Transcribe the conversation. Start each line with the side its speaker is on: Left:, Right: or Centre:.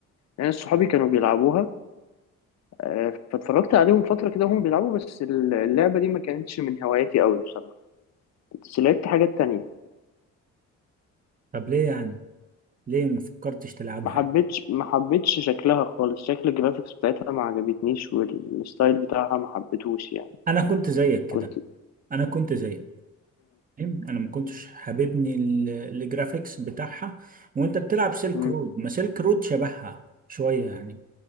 Left: ناس صحابي كانوا بيلعبوها آه، فاتفرجت عليهم فترة كده وهم بيلعبوا بس اللعبة دي ما كانتش من هواياتي قوي بصراحة بس لعبت حاجات تانية
Right: طب ليه يعني ليه ما فكرتش تلعبها
Left: ما حبيتش ما حبيتش شكلها خالص شكل الجرافيكس بتاعتها ما عجبتنيش والستايل بتاعها ما حبيتهوش يعني
Right: أنا كنت زيك كده
Left: كنت
Right: أنا كنت زيك انا ما كنتش حاببني ال- الجرافيكس بتاعها وانت بتلعب سيلك
Left: مم.
Right: رود ما سيلك رود شبهها شويه يعني